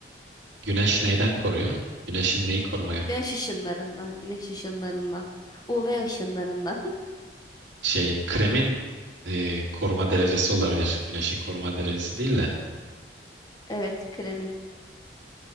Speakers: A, on the right; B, on the left.
A: Güneş neyden koruyor? Güneşin neyi koruma
B: Güneş ışınlarından, güneş ışınlarından, UV ışınlarından. <laughs>
A: şey kremin e, koruma derecesi olabilir. Güneşin koruma derecesi değil de.
B: Evet, kremin.